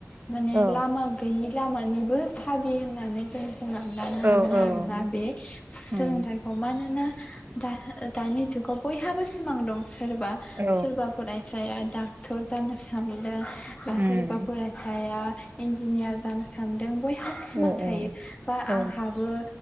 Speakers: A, on the left (about 25°); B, on the right (about 40°).
A: माने
B: औ
A: लामा गैयि लामानिबो हाबि होननानै जों सोंनानै लानो हागोन
B: औ औ
A: आरोना बे सोलोंथाइखौ
B: उम
A: मानोना दा दानि जुगाव बयहाबो सिमां दं सोरबा
B: औ
A: सोरबा फरायसा डाक्टर जानो थांदों बा
B: उम
A: सोरबा फरायसाया इन्जियार जानो सानदों बयहाब सिमान
B: ओ
A: थायो
B: ओ
A: बा
B: औ
A: आंहाबो